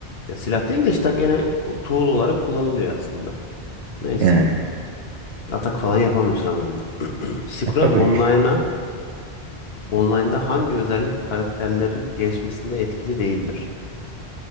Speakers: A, on the left; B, on the right.
A: Ya silah değil de işte gene ku- tool olarak kullanılıyor aslında. Neyse.
B: Yani.
A: Atak falan yapamıyorsun ama onunla. <clears throat> Silk
B: Tabii
A: Online'a
B: işte.
A: Online'da hangi özellik karakterlerin gelişmesinde etkili değildir?